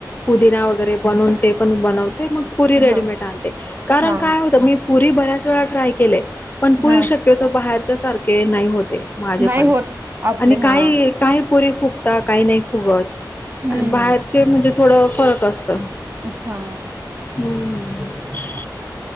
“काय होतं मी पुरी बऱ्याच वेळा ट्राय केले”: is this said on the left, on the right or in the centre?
Left